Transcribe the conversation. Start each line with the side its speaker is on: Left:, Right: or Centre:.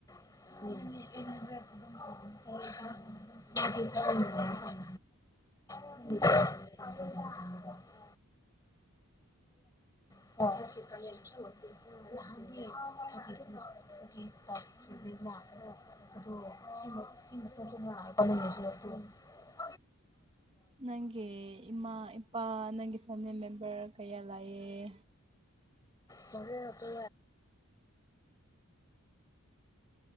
Left: <unintelligible> <inaudible> <inaudible> <unintelligible> <inaudible> <inaudible>
Right: ꯅꯪꯒꯤ ꯏꯃꯥ ꯏꯄꯥ ꯅꯪꯒꯤ ꯐꯦꯃꯤꯂꯤ ꯃꯦꯝꯕꯔ ꯀꯥꯌꯥ ꯂꯩꯌꯦ
Left: ꯐꯔꯦ ꯇꯦ